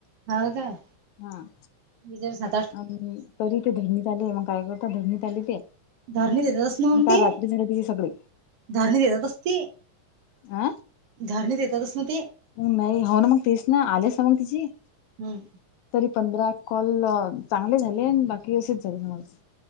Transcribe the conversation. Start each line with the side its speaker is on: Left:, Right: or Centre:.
Right: हव काय?
Left: हां.
Right: निजर साथ
Left: आणि तरी ते धरणीत आले. मग काय करता धरणीत आले ते
Right: धरणी देतातच नव्ह
Left: आणि काल
Right: ते
Left: रात्री झाली तिझ सगळी,
Right: धरणी देतात असती.
Left: अ
Right: धरणे देतातस म ते,
Left: मग नाही हो ना मग तेच ना आलेस ना मग तिची.
Right: हम्म
Left: तरी पंधरा कॉल चांगले झाले बाकी असेच झाले सज!